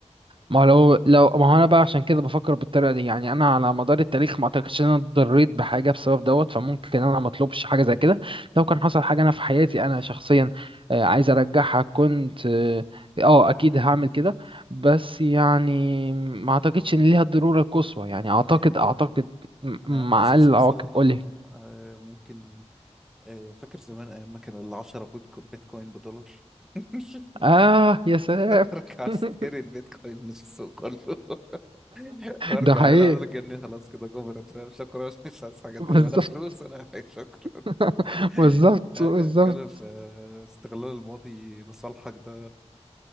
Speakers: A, on the right; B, in the centre.
A: ما هو لو لو ما هو انا بقى عشان كده بفكر بالطريقه دي يعني انا على مدار التاريخ ما اعتقدش ان انا اتضريت بحاجه بسبب دوت فممكن انا ما اطلبش حاجه زي كده لو
B: مم.
A: كان حصل حاجه انا في حياتي انا شخصيا آه، عايز ارجعها كنت اه آه، اكيد هعمل كده بس يعني ما اعتقدش ان ليها الضروره القصوى يعني اعتقد
B: أيوه
A: اعتقد
B: أيوه فاهم
A: م-
B: انا
A: مع
B: يعني حاسس
A: اقل العواقب
B: مثلا ان
A: قولي
B: انا آه، ممكن آه، فاكر زمان ايام ما كان العشرة بوتكو- بيتكوين بدولار <laughs>
A: اه يا سلام
B: ارجع اشتري
A: <laughs>
B: البيتكوين اللي في السوق كله <laughs> وارجع
A: ده حقيقي
B: هنا اقول الجنيه خلاص كده جبرت فاهم شكرا <laughs> مش عايز حاجة تانية
A: بالظبط
B: ولا فلوس ولا حاجة شكرا
A: <laughs>
B: <laughs>
A: بالظبط
B: ايوه
A: بالظبط
B: اتكلم في استغلال الماضي لصالحك ده